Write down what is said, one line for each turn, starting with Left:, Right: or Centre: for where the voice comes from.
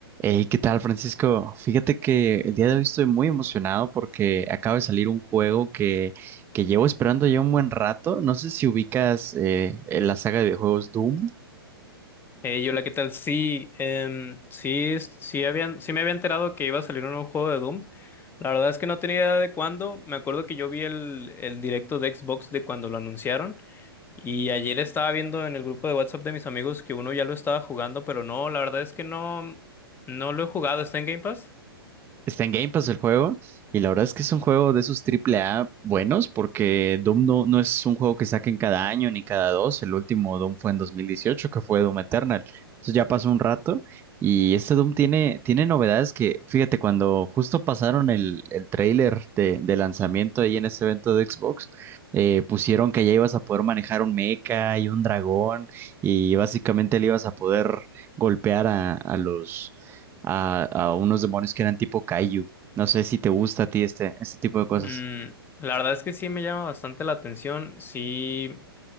Right: Hey, ¿qué tal, Francisco? Fíjate que el día de hoy estoy muy emocionado porque acaba de salir un juego que, que llevo esperando ya un buen rato. No sé si ubicas eh, la saga de videojuegos Doom.
Left: Hey, hola, ¿qué tal? Sí, em, sí, es- sí, habían, sí me había enterado que iba a salir un nuevo juego de Doom. La verdad es que no tenía idea de cuándo. Me acuerdo que yo vi el, el directo de Xbox de cuando lo anunciaron. Y ayer estaba viendo en el grupo de WhatsApp de mis amigos que uno ya lo estaba jugando, pero no, la verdad es que no, no lo he jugado. ¿Está en Game Pass?
Right: Está en Game Pass el juego y la verdad es que es un juego de esos triple A buenos porque Doom no, no es un juego que saquen cada año ni cada dos. El último Doom fue en dos mil dieciocho que fue Doom Eternal. Entonces ya pasó un rato y este Doom tiene, tiene novedades que, fíjate, cuando justo pasaron el, el tráiler de, de lanzamiento ahí en ese evento de Xbox, eh, pusieron que ya ibas a poder manejar un mecha y un dragón y básicamente le ibas a poder golpear a, a los a, a unos demonios que eran tipo Kaiju. No sé si te gusta a ti este, este tipo de cosas.
Left: Mm, la verdad es que sí me llama bastante la atención. Sí,